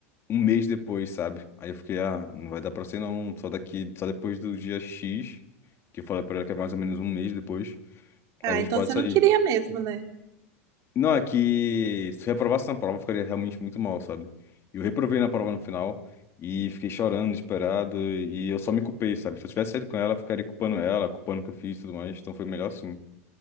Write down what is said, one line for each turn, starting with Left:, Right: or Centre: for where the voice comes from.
Left: um mês depois, sabe? Aí eu fiquei, ah, não vai dar pra sair não, só daqui, só depois do dia X, que eu falei pra ela que é mais ou menos um mês depois,
Right: Ah,
Left: a gente
Right: então
Left: pode
Right: você
Left: sair.
Right: não queria mesmo, né?
Left: Não, é que se eu reprovasse na prova, eu ficaria realmente muito mal, sabe? Eu reprovei na prova no final e fiquei chorando, desesperado, e eu só me culpei, sabe? Se eu tivesse saído com ela, eu ficaria culpando ela, culpando o que eu fiz e tudo mais, então foi melhor assim.